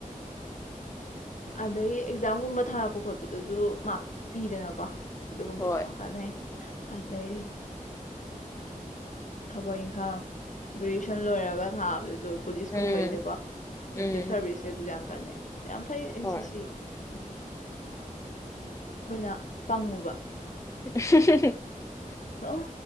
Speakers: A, on the left; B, on the left.
A: ꯑꯗꯩ ꯑꯦꯛꯖꯥꯝꯒꯨꯝꯕ ꯊꯥꯔꯛꯄ ꯈꯣꯠꯄꯗꯖꯨ ꯃꯥꯔꯛ ꯄꯤꯗꯅꯀꯣ ꯑꯗꯨꯒꯨꯝꯕꯩꯁꯨ
B: ꯍꯣꯏ
A: ꯌꯥꯝ ꯀꯥꯟꯅꯩ ꯑꯦ ꯑꯗꯩ ꯊꯕꯛ ꯏꯪꯈꯥꯡ ꯒ꯭ꯔꯦꯖꯨꯁꯟ ꯂꯣꯏꯔꯒ ꯊꯥꯕꯗꯁꯨ ꯑꯗꯨ ꯄꯨꯂꯤꯁ
B: ꯎꯝ
A: ꯀꯨꯝꯕꯩꯅꯦꯀꯣ
B: ꯎꯝ
A: ꯑꯦꯛꯇꯤꯚ ꯁꯥꯔꯚꯤꯁ ꯈꯩꯗꯁꯨ ꯌꯥꯝ ꯀꯥꯟꯅꯩ ꯌꯥꯝ ꯑꯦꯟ
B: ꯍꯣꯏ
A: ꯁꯤ ꯁꯤ ꯎꯝ ꯈꯣꯏꯅ ꯄꯪꯉꯨꯕ
B: <unintelligible>
A: ꯁꯨꯝ